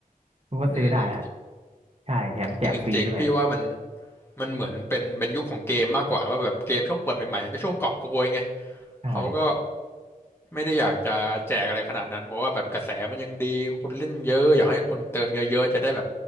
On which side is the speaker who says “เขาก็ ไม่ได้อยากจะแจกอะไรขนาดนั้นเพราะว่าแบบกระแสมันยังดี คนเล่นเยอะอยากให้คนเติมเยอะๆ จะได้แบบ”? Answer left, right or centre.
Left